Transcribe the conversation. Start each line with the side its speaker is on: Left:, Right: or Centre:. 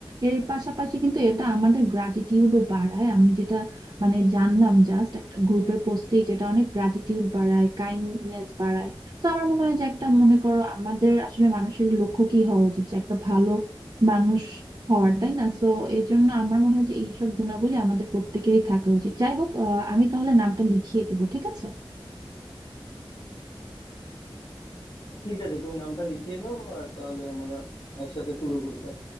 Right: এর পাশাপাশি কিন্তু এটা আমাদের গ্র্যাটিটিউডও বাড়ায় আমি যেটা মানে জানলাম জাস্ট একটা গ্রুপের পোস্টেই যেটা অনেক গ্র্যাটিটিউড বাড়ায় কাইন্ডনেস বাড়ায় তো আমার মনে হয় যে একটা মনে করো আমাদের আসলে মানুষের লক্ষ্য কি হওয়া উচিত যে একটা ভালো মানুষ হওয়ার তাই না তো এই জন্য আমার মনে হয় যে এইসব গুণাবলী আমাদের প্রত্যেকেরই থাকা উচিত যাই হোক আহ, আমি তাহলে নামটা লিখিয়ে দিব ঠিক আছে
Left: ঠিক আছে তুমি নামটা লিখিয়ে দাও আর তাহলে আমরা একসাথে শুরু করি কাজ